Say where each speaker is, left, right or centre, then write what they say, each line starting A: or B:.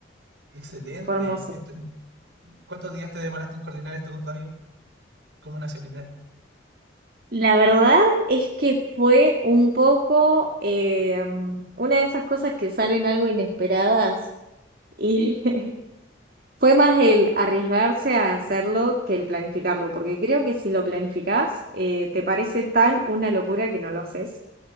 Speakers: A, on the right; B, on the right.
A: Excelente.
B: fue hermoso.
A: Esto- ¿cuántos días te demoraste en coordinar esto con tu amigo? ¿Cómo nacionalidad?
B: La verdad es que fue un poco eh, una de esas cosas que salen algo inesperadas y <laughs> Fue más el arriesgarse a hacerlo que el planificarlo, porque creo que si lo planificás, eh, te parece tan una locura que no lo haces.